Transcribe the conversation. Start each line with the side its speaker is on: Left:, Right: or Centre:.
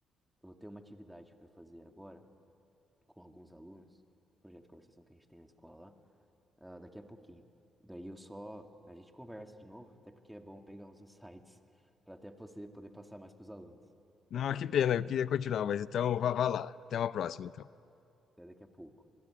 Centre: eu vou ter uma atividade para fazer agora com alguns alunos, um projeto de conversação que a gente tem na escola lá, ah, daqui a pouquinho. Daí eu só, a gente conversa de novo, até porque é bom pegar uns <laughs> insights para até você poder passar mais para os alunos.
Left: Não,
Centre: Tá bom,
Left: que
Centre: Gabriel?
Left: pena, eu queria continuar, mas então vá, vá lá. Até uma próxima. então.
Centre: Até daqui a pouco.